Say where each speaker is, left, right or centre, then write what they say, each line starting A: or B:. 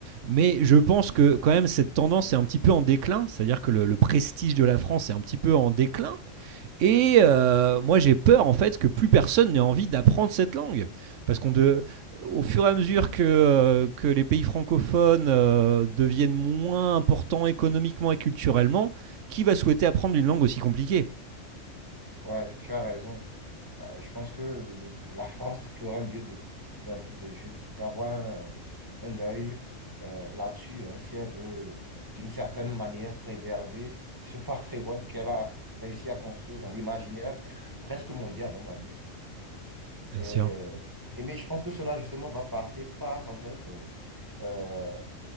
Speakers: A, on the right; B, on the right.
A: Mais je pense que quand même, cette tendance est un petit peu en déclin, c'est-à-dire que le, le prestige de la France est un petit peu en déclin. Et euh, moi, j'ai peur en fait que plus personne n'ait envie d'apprendre cette langue. Parce qu'on de, au fur et à mesure que, euh, que les pays francophones euh, deviennent moins importants économiquement et culturellement, qui va souhaiter apprendre une langue aussi compliquée
B: Ouais, tu as raison. Là, je pense que le- la <laughs> France ferait mieux de, d'av- de jet- d'avoir un, un œil euh, là-dessus, hein, si elle veut, d'une certaine manière, préserver ce <laughs> patrimoine qu'elle a réussi à construire dans l'imaginaire presque mondial, on va dire.
A: Bien
B: Et,
A: sûr.
B: et mais je pense que cela, justement, va passer par, en fait, euh,